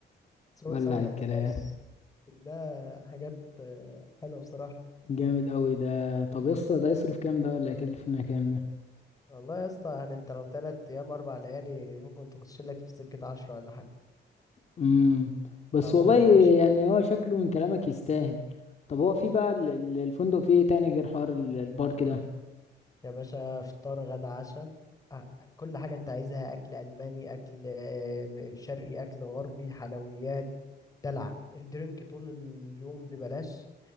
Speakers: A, on the left (about 20°); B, on the left (about 40°).
A: سو-
B: ولع
A: ساونا
B: الكلام
A: ببلاش كلها حاجات آه، حلوه بصراحه
B: جامد قوي ده طب يا اسطى ده يصرف كام ده ولا يكلفنا كام ده؟
A: والله يا اسطى يعني انت لو تلات ايام اربع ليالي ممكن تخش لك في سكه عشرة ولا حاجه
B: امم بس
A: او
B: والله
A: 11
B: يعني هو شكله من كلامك يستاهل طب هو في بقى ال- ال- الفندق فيه ايه تاني غير حوار ال- البارك ده
A: يا باشا فطار غدا عشاء أ- كل حاجة انت عايزها اكل الماني اكل آه، شرقي اكل غربي حلويات دلع الدرينك طول اليوم ببلاش